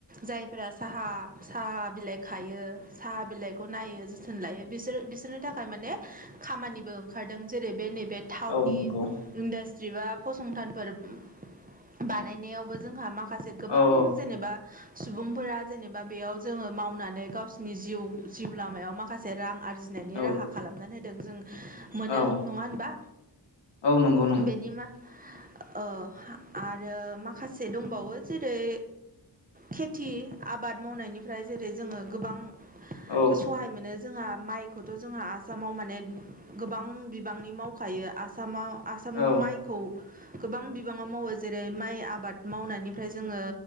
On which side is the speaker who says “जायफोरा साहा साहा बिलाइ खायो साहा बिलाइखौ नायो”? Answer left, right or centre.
Right